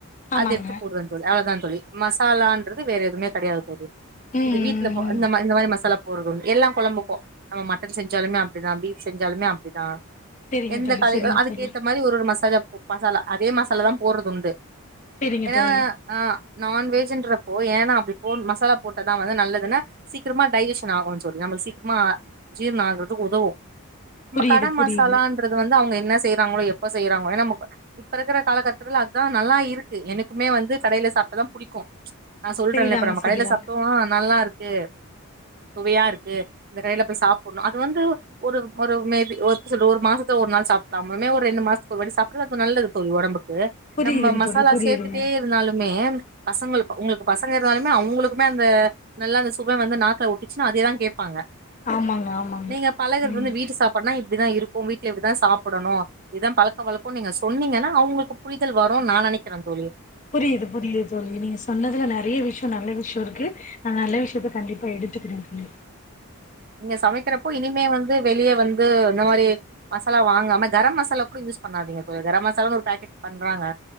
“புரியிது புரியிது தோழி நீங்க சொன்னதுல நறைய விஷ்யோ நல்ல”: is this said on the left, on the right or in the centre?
Left